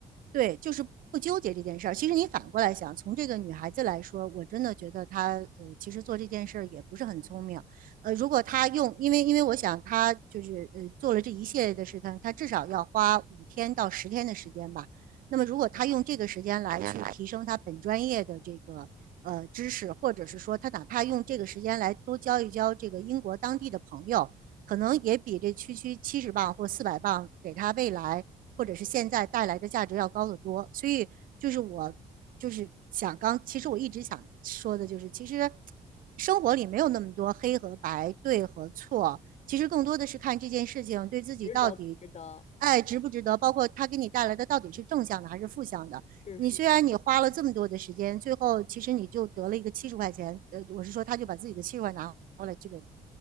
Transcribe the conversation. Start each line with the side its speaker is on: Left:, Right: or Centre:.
Right: 对，就是不纠结这件事儿。其实你反过来想，从这个女孩子来说，我真的觉得她呃，其实做这件事儿也不是很聪明。呃，如果她用，因为因为我想她就是呃做了这一系列的事情，她至少要花五天到十天的时间吧。那么如果她用这个时间来去提升她本专业的这个。呃，知识，或者是说她哪怕用这个时间来多交一交这个英国当地的朋友，可能也比这区区七十磅或四百磅给他未来或者是现在带来的价值要高得多。所以就是我就是想刚，其实我一直想说的就是，其实生活里没有那么多黑和白、对和错，其实更多的是看这件事情对自己到底。
Left: 值得不值得？
Right: 爱值不值得？包括他给你带来的到底是正向的还是负向的？
Left: 是是。
Right: 你虽然你花了这么多的时间，最后其实你就得了一个七十块钱，呃，我是说他就把自己的七十块拿回来，这个